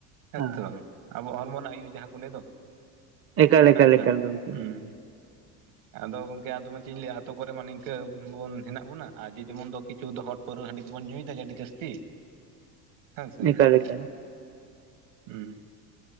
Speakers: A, on the right; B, on the right.
A: ᱦᱮᱸ
B: ᱦᱳᱭ
A: ᱥᱮ ᱵᱟᱝ? ᱟᱵᱚᱣᱟᱜ ᱦᱚᱲᱢᱚ ᱨᱮᱱᱟᱜ ᱟᱭᱩ ᱡᱟᱦᱟᱸ ᱠᱚ ᱞᱟᱹᱭ ᱫᱚ?
B: ᱮᱠᱟᱞ ᱮᱠᱟᱞ
A: ᱦᱮᱸ ᱥᱮ,
B: ᱮᱠᱟᱞ ᱜᱚᱝᱠᱮ
A: ᱦᱩᱸ ᱾ ᱟᱫᱚ ᱜᱚᱝᱠᱮ ᱟᱫᱚ ᱢᱟ ᱪᱮᱫ ᱤᱧ ᱞᱟᱹᱭᱟ ᱟᱛᱳ ᱠᱚᱨᱮ ᱢᱟ ᱱᱤᱝᱠᱟᱹ ᱵᱚᱱ ᱦᱮᱱᱟᱜ ᱵᱚᱱᱟ ᱟᱨ ᱡᱮ ᱡᱮᱢᱚᱱ ᱫᱚ ᱠᱤᱪᱷᱩ ᱫᱚ ᱦᱚᱲ ᱯᱟᱹᱣᱨᱟᱹ ᱦᱟᱸᱰᱤ ᱠᱚᱵᱚᱱ ᱧᱩᱭᱮᱫᱟ ᱡᱮ ᱟᱹᱰᱤ ᱡᱟᱹᱛᱤ ᱾
B: <unintelligible>
A: ᱦᱮᱸ ᱥᱮᱸ
B: ᱮᱠᱟᱞ
A: ᱾
B: ᱮᱠᱟᱞ
A: ᱦᱩᱸ